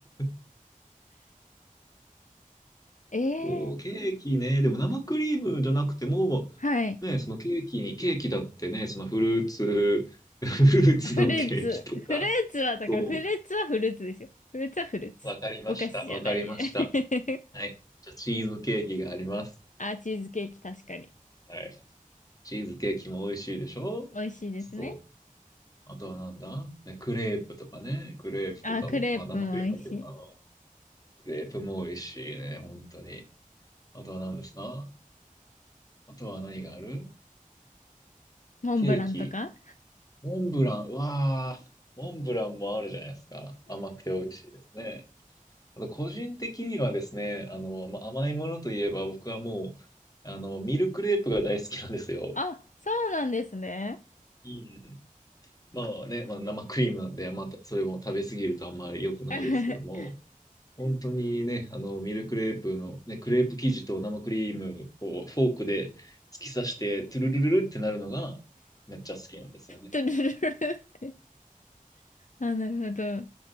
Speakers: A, on the left (about 25°); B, on the left (about 60°).
A: <laughs>
B: <laughs>
A: そう、
B: ええ
A: ケーキね、でも生クリームじゃなくても、
B: はい。
A: ね、そのケーキに、ケーキだってね、そのフルーツ、<laughs> フルーツのケーキとか、
B: フルーツ。フルーツは、だからフルーツはフルーツですよ。
A: そ
B: フルーツはフルーツ。
A: う、わかりました。
B: お菓子じゃない。
A: わかりました。
B: <laughs>
A: はい。じゃあ、チーズケーキがあります。
B: あ、チーズケーキ確かに。
A: はい。チーズケーキも美味しいでしょそう。
B: 美味しいですね。
A: あとはなんだね、クレープとかね。クレープとかも。
B: あ、クレープも美味しい。
A: まあ生クリーム入ってるかな。クレープも美味しいね、本当に。あとは何ですかあとは何がある
B: モンブランとか
A: ケーキ。モンブラン。うわあ、モンブランもあるじゃないですか。甘くて美味しいですね。あと個人的にはですね、あの、まあ、甘いものといえば僕はもう、あの、ミルクレープが大好きなんですよ。
B: あ、そうなんですね。
A: うんまあね、まあ、生クリームなんで、まあ、たそれも食べ過ぎるとあんまり良くないですけども。
B: <laughs>
A: 本当にね、あの、ミルクレープの、ね、クレープ生地と生クリームをフォークで突き刺して、トゥルルルルってなるのがめっちゃ好きなんですよね。
B: トゥルルルって。あ、なるほど。